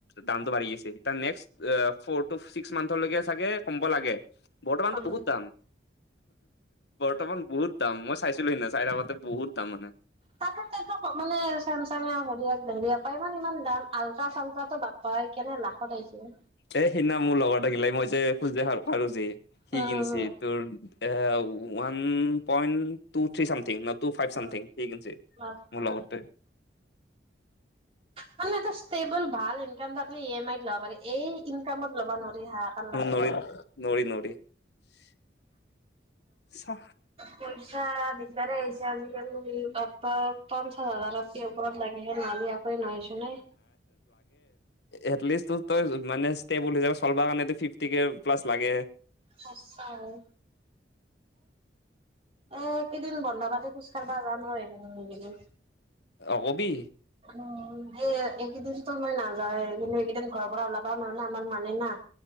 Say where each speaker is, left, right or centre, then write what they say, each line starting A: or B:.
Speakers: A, on the left; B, on the right.
A: দামটো বাঢি গৈছে তাৰ next four to six six মান্থলৈকে চাগে কমিব লাগে। বৰ্তমানতো
B: উম
A: বহুত দাম, বৰ্তমান বহুত দাম মই চাইছোঁ। লুই না চাই থাকোঁতে বহুত দাম মানে
B: তাকে তাকে ক মানে চেমচাঙে হেৰি পৰাই ইমান ইমান দাম, আল্টাা চাল্টটো বাপাই কেনে লাখত আহিছে।
A: এ, সিদিনা মোৰ লগৰ থাকিলে মই যে খোজ দেই ভাল পাৰো যে সি
B: উম
A: কিনছি
B: উম
A: তোৰ। এ, one point two, three something. টো, ফাইভ চামথিং,
B: উম
A: সি কিনিছে,
B: বাপ্পা
A: মোৰ লগৰটোৱে।
B: মানে এটা ষ্টেবল ভাল ইনকাম থাকিলে ই এম আইত ল'ব পাৰি। এই ইনকামত ল'বা নোৱাৰি, হাহাকাৰ লাগিব।
A: নৰি <inaudible> চা
B: পইচা দিগদাৰে হৈছে আজিকালি। উ, বাপ্পা পঞ্চাছ হাজাৰ ৰাতি ওপৰত লাগে। <unintelligible> নাইছো নাই।
A: এলিষ্ট ত' তই মানে ষ্টেব হিচাপে চলবা কাৰনে ফিফটি কে প্লাছ লাগে।
B: সচ্চাই। একেইদিন বন্ধ পানী খোজ কাঢ়িব যাম নোৱাৰিলোঁ সেইনি
A: অ' কবি?
B: অ' এই এইকেইদিনতো মই নাযাওেই, কিন্তু এইকেইদিন ঘৰৰপৰা ওলাবা নোৱাৰোঁ না, আমাৰ মানে না।